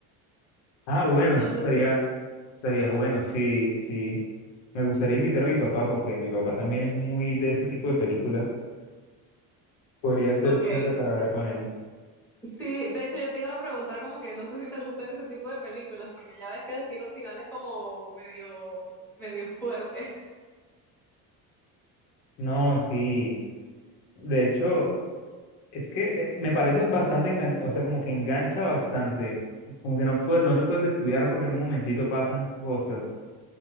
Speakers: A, on the left; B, in the centre.
A: Ah, bueno, eso
B: No sé
A: estaría,
B: si...
A: estaría bueno, sí, sí. Me gustaría invitar a mi papá porque mi papá también es muy de ese tipo de películas. Podría ser
B: Ok.
A: chévere para ver con él.
B: Sí, de hecho yo te iba a preguntar como que no sé si te gustan ese tipo de películas, porque ya ves que Destino Final es como medio, medio fuerte.
A: No, sí. De hecho, Es que eh, me parece bastante engan, o sea, como que engancha bastante. Como que no puede, no te puedes descuidar porque en un momentito pasan cosas.